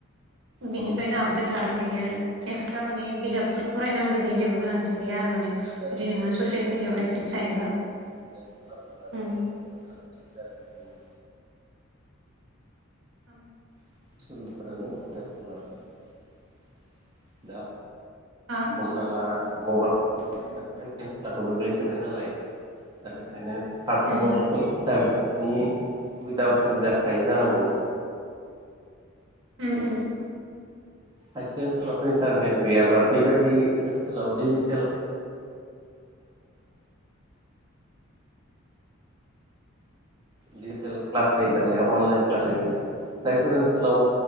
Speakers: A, on the right; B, on the right.
A: बिनिफ्रायनो
B: औ
A: आपडेट लानो हायो हायो आरो एक्सट्रा माने बिजाबफोर फरायनांगौनि जेबो गोनांथि गैया आरो दि
B: सुबिदा दङ
A: नोङो ससियेल मिडियाआव एक्टिभ थायोब्ला
B: बिजनेस खालामनो माबाफोर
A: उम
B: सोलोंथाइ लानो सुबिदा नुनो मोनो
A: ओं
B: <unintelligible> दा
A: हा
B: हमना ला गबार
A: उम
B: <unintelligible> लाथ' गोग्लैसोनाय नालाय दा बेखायनो पार्टफर्मावबोथ'
A: उम
B: दामि नि सुबिदा उसुबिदा थायो जानांगौ
A: उम‌उम
B: खायसे ओनसोलावथ' इन्टारनेट गैयाबा बेबायदि ओनसोलाव डिजिटेल डिजिटेल क्लास जायो दानिया अनलाइन क्लास जायो जायफोर ओनसोलाव